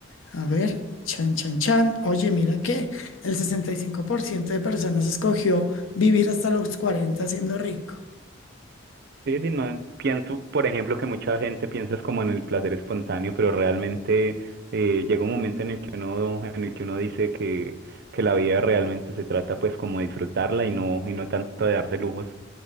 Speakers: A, on the left; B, on the right.
A: a ver, chan, chan, chan. Oye, mira que el 65% de personas escogió vivir hasta los 40 siendo rico.
B: Sí, sí, no, pienso, por ejemplo, que mucha gente piensa es como en el placer espontáneo, pero realmente eh, llega un momento en el que uno, en el que uno dice que, que la vida realmente se trata pues como de disfrutarla y no, y no tanto de darse lujos.